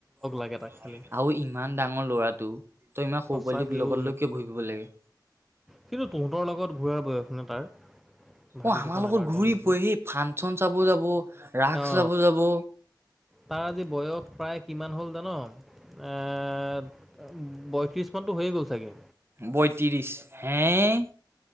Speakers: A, on the right; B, in the centre.
A: আৰু
B: লাগে তাক খালি
A: ইমান ডাঙৰ ল'ৰাটো। তই ইমান
B: সঁচাকে
A: সৰু পোৱালিটোক লগত
B: ঐ
A: লৈ কিয় ঘূৰি ফুৰিব লাগে?
B: কিন্তু তহঁতৰ লগত ঘূৰা বয়স নে তাৰ। ভাবি
A: অ', আমাৰ
B: চাচোন
A: লগত
B: এবাৰ তই
A: ঘূৰি
B: নিজে
A: পৰে সেই ফাংচন চাব যাব, ৰাস
B: অ
A: চাব যাব।
B: তাৰ আজি বয়স প্ৰায় কিমান হ'ল জান, এ' বয়ত্ৰিশ মানতো হৈয়ে গ'ল চাগে
A: বয়ত্ৰিশ হে'।